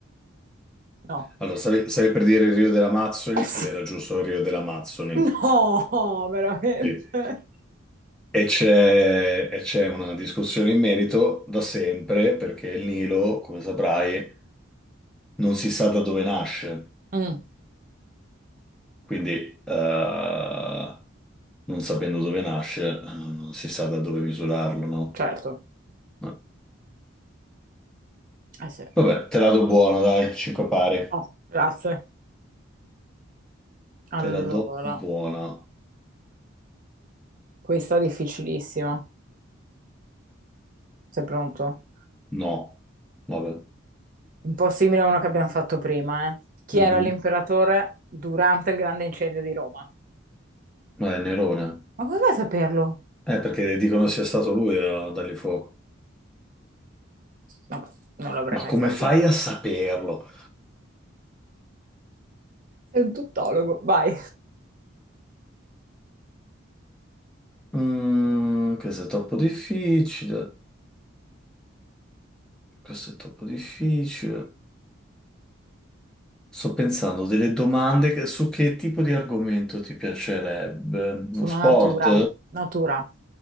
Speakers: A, on the right; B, in the centre.
A: No.
B: Allora, stavi, stavi per dire il Rio delle Amazzoni
A: Eh sì.
B: ed era
A: <laughs>
B: giusto il Rio delle Amazzoni.
A: No, veramente.
B: Sì. E c'è e c'è una discussione in merito da sempre, perché il Nilo, come saprai, non si sa da dove nasce.
A: Mm,
B: Quindi, eh, non sapendo dove nasce, non, non si sa da dove misurarlo, no?
A: certo.
B: No.
A: Eh sì.
B: Vabbè, te la do buona, dai, 5 pari.
A: Oh, grazie. Allora,
B: Te la do buona.
A: questa è difficilissima. Sei pronto?
B: No. Vabbè.
A: Un po' simile a una che abbiamo fatto prima, eh. Chi
B: Mhm.
A: era l'imperatore durante il grande incendio di Roma?
B: Ma è Nerone.
A: Ma come fai a saperlo?
B: Eh, perché dicono sia stato lui a dargli fuoco.
A: Vabbè, non l'avrei
B: Ma
A: mai
B: come
A: saputo.
B: fai a saperlo?
A: Sei un tuttologo, vai.
B: Mm, questo è troppo difficile. Questo è troppo difficile. Sto pensando delle domande che- su che tipo di argomento ti piacerebbe? Uno
A: Sulla
B: sport?
A: natura, natura.